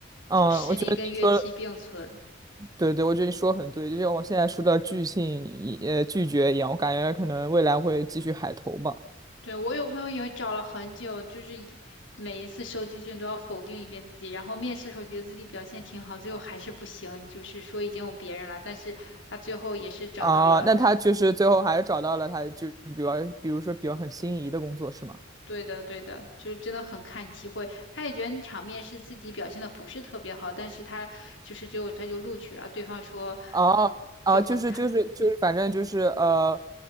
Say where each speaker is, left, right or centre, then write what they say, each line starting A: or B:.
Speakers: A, on the right; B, on the left.
A: 嗯，
B: 就实力跟运气并存。
A: 我觉得你说的，对对，我觉得你说的很对，就像我现在说的拒信一呃拒绝一样，我感觉可能未来会继续海投吧。
B: 对，我有朋友也找了很久，就是一每一次收集卷都要否定一遍自己，然后面试的时候觉得自己表现挺好，最后还是不行，就是说已经有别人了，但是他最后也是找到了。
A: 啊，那他就是最后还是找到了他就比如比如说比较很心仪的工作是吗？
B: 对的，对的，就是真的很看机会。他也觉得场面是自己表现的不是特别好，但是他就是就他就录取了。对方说
A: 哦哦，
B: 就很看，
A: 就是就是就是，反正就是呃，